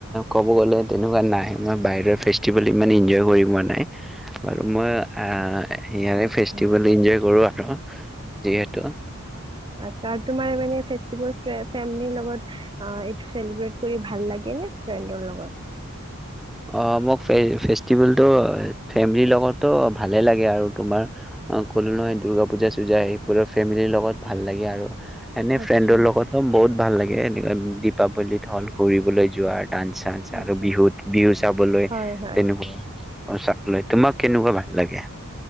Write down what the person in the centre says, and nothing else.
ক'ব গ'লে তেনেকুৱা নাই মই বাহিৰৰ ফেষ্টিভেল ইমান এনজয় কৰি পোৱা নাই বাৰু মই আ সেয়াৰে
ফেষ্টিভেল ইঞ্জয় কৰোঁ আৰু যিহেতু
অ', মোক ফে ফেষ্টিভেলটো ফেমিলিৰ লগতো ভালে লাগে আৰু তোমাৰ ক'লো নহয় দূৰ্গা পূজা চূজা সেইবোৰৰ ফেমিলিৰ লগত ভাল লাগে আৰু। এনে
ফ্ৰেণ্ডৰ লগতো বহুত ভাল লাগে। গে এনেকৈ দীপাৱলীত হ'ল ফুৰিবলৈ যোৱাৰ ডান্স চান্স আৰু
বিহুত বিহু চাবলৈ
তেনেকুৱা চাবলৈ, তোমাক কেনেকুৱা ভাল লাগে? এ